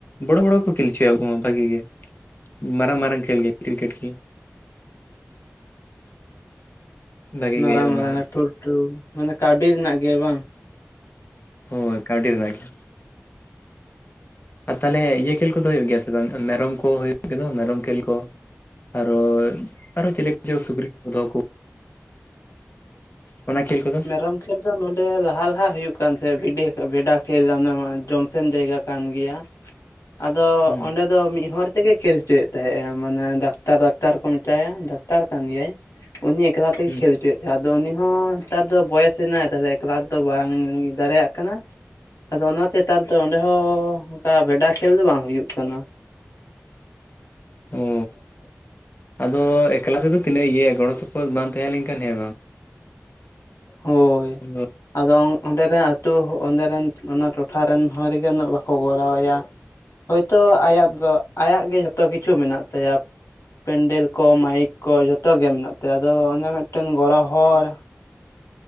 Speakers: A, on the left (about 45°); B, on the left (about 80°).
A: ᱵᱚᱲᱚ ᱵᱚᱲᱚ ᱠᱚ ᱠᱷᱮᱞ ᱦᱚᱪᱩᱭᱟ ᱠᱚᱮ ᱵᱷᱟᱜᱤ ᱜᱮ, ᱢᱟᱨᱟᱝ ᱢᱟᱨᱟᱝ ᱠᱷᱮᱞ ᱜᱮ ᱠᱨᱤᱠᱮᱴ ᱠᱷᱮᱞ᱾ ᱵᱷᱟᱜᱤ
B: ᱢᱟᱨᱟᱝ
A: ᱜᱮ ᱦᱩᱭᱩᱜᱼᱟ ᱚᱱᱟ
B: ᱢᱟᱨᱟᱝ
A: ᱦᱚᱸ
B: ᱞᱟᱹᱴᱩ ᱞᱟᱹᱴᱩ ᱢᱟᱱᱮ ᱠᱟᱹᱣᱰᱤ ᱨᱮᱱᱟᱜ ᱜᱮ ᱵᱟᱝ᱾
A: ᱦᱳᱭ ᱠᱟᱣᱰᱤ ᱨᱮᱱᱟᱜ ᱜᱮ᱾ ᱟᱨ ᱛᱟᱦᱚᱞᱮ ᱤᱭᱟᱹ ᱠᱷᱮᱞ ᱠᱚᱫᱚ ᱦᱩᱭᱩᱜ ᱜᱮᱭᱟ ᱥᱮ ᱵᱟᱝ? ᱢᱮᱨᱚᱢ ᱠᱚ ᱦᱩᱭᱩᱜ ᱜᱮᱫᱚ ᱢᱮᱨᱚᱢ ᱠᱷᱮᱞ ᱠᱚ ᱟᱨᱚ ᱟᱨᱚ ᱪᱮᱞᱤ ᱥᱩᱠᱨᱤ ᱠᱚ ᱫᱚᱦᱚ ᱠᱚ ᱚᱱᱟ ᱠᱷᱮᱞ ᱠᱚᱫᱚ
B: ᱢᱮᱨᱚᱢ᱾ ᱠᱷᱮᱞ ᱫᱚ ᱱᱚᱸᱰᱮ ᱞᱟᱦᱟ ᱞᱟᱦᱟ ᱦᱩᱭᱩᱜ ᱠᱟᱱ ᱛᱟᱦᱮᱸ ᱰᱷᱤᱰᱤ, ᱵᱷᱮᱰᱟ ᱠᱷᱮᱞ ᱚᱱᱟ ᱡᱚᱢᱥᱮᱱ ᱡᱟᱭᱜᱟ ᱠᱟᱱ ᱜᱮᱭᱟ᱾ <inaudible> ᱟᱫᱚ
A: ᱦᱩᱸ
B: ᱚᱸᱰᱮ ᱟᱫᱚ ᱢᱤᱫ ᱦᱚᱲ ᱛᱮᱜᱮ ᱠᱷᱮᱞ ᱦᱚᱪᱚᱭᱮᱫ ᱛᱟᱦᱮᱸᱜ, ᱮ ᱢᱟᱱᱮ ᱰᱟᱠᱛᱟᱨ ᱰᱟᱠᱛᱟᱨ ᱠᱚ ᱢᱮᱛᱟᱭᱟ ᱰᱟᱠᱛᱟᱨ ᱠᱟᱱ ᱜᱮᱭᱟᱭ᱾ ᱩᱱᱤ ᱮᱠᱷᱞᱟ ᱛᱮᱜᱮ
A: ᱦᱩᱸ
B: ᱠᱷᱮᱞ ᱦᱚᱪᱚᱭᱮᱫ ᱛᱟᱦᱮᱸᱫ ᱟᱫᱚ ᱩᱱᱤ ᱦᱚᱸ ᱱᱮᱛᱟᱨ ᱫᱚ ᱵᱚᱭᱮᱥ ᱮᱱᱟ ᱛᱟᱦᱚᱞᱮ ᱮᱠᱷᱞᱟ ᱛᱮᱫᱚ ᱵᱟᱝ ᱫᱟᱲᱮᱭᱟᱜ ᱠᱟᱱᱟ᱾ ᱟᱫᱚ ᱚᱱᱟ ᱛᱮ ᱦᱮᱛᱟᱨ ᱫᱚ ᱚᱸᱰᱮ ᱦᱚᱸ ᱚᱱᱠᱟ ᱵᱷᱮᱰᱟ ᱠᱷᱮᱞ ᱫᱚ ᱵᱟᱝ ᱦᱩᱭᱩᱜ ᱠᱟᱱᱟ᱾ <unintelligible>
A: ᱚ ᱟᱫᱚ ᱮᱠᱞᱟ ᱛᱮᱫᱚ ᱛᱤᱱᱟᱹᱜ ᱤᱭᱟᱹᱭᱟ ᱜᱚᱲᱚ ᱥᱚᱯᱚᱦᱚᱫ ᱵᱟᱝ ᱛᱟᱦᱮᱸ ᱞᱮᱱᱠᱷᱟᱱ ᱦᱮᱸ ᱵᱟᱝ,
B: ᱦᱳᱭ᱾
A: ᱟᱫᱚ
B: ᱟᱫᱚ ᱚᱸᱰᱮ ᱨᱮᱱ ᱟᱹᱛᱩ ᱚᱸᱰᱮ ᱨᱮᱱ ᱚᱱᱟ ᱴᱚᱴᱷᱟ ᱨᱮᱱ ᱦᱚᱲ ᱜᱮ ᱩᱱᱟᱹᱜ ᱵᱟᱠᱚ ᱜᱚᱲᱚ ᱟᱭᱟ᱾ ᱦᱳᱭᱛᱳ ᱟᱭᱟᱜ ᱫᱚ ᱟᱭᱟᱜ ᱜᱮ ᱡᱷᱚᱛᱚ ᱠᱤᱪᱷᱩ ᱢᱮᱱᱟᱜ ᱛᱟᱭᱟ᱾ ᱯᱮᱱᱰᱮᱞ ᱠᱚ ᱢᱟᱭᱤᱠ ᱠᱚ ᱡᱚᱛᱚ ᱜᱮ ᱢᱮᱱᱟᱜ ᱛᱟᱭᱟ ᱟᱫᱚ ᱚᱱᱮ ᱢᱤᱫᱴᱮᱱ ᱜᱚᱲᱚ ᱦᱚᱲ